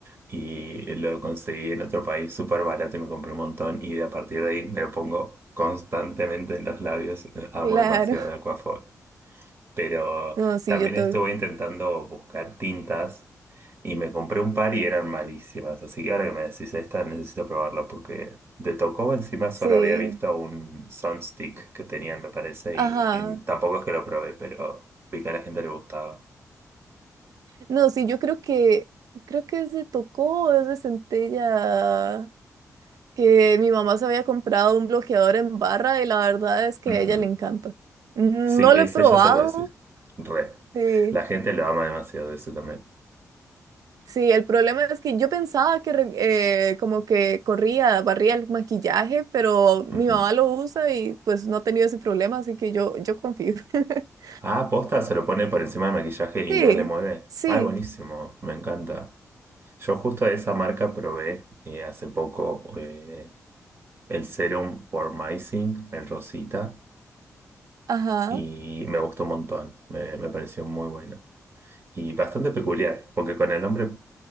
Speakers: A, on the right; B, on the right.
A: Y lo conseguí en otro país súper barato y me compré un montón. Y a partir de ahí me lo pongo constantemente en los labios. Amo
B: <laughs> claro.
A: demasiado el Aquaphor. Pero
B: No, sí,
A: también
B: yo tengo,
A: estuve intentando buscar tintas y me compré un par y eran malísimas. Así que ahora que me decís esta, necesito probarla porque de Tocobo encima solo
B: sí,
A: había visto un Sunstick que tenían, me parece,
B: ajá.
A: y, y tampoco es que lo probé, pero vi que a la gente le gustaba.
B: No, sí, yo creo que, creo que es de Tocó o es de Centella. que mi mamá se había comprado un bloqueador en barra y la verdad es que
A: Ujú.
B: a ella le encanta. No
A: Sí,
B: lo
A: ese
B: he probado,
A: ya sé cuál decir. Re.
B: sí.
A: La gente lo ama demasiado, ese también.
B: Sí, el problema es que yo pensaba que re- eh, como que corría, barría el maquillaje, pero mi
A: Ujú.
B: mamá lo usa y pues no ha tenido ese problema, así que yo, yo confío. <laughs>
A: Ah, posta, se lo pone por encima del maquillaje y
B: Sí,
A: no le mueve.
B: sí,
A: Ay, buenísimo, me encanta. Yo justo de esa marca probé eh, hace poco eh, el serum por Pormazine, el Rosita,
B: ajá,
A: y me gustó un montón, me, me pareció muy bueno. Y bastante peculiar, porque con el nombre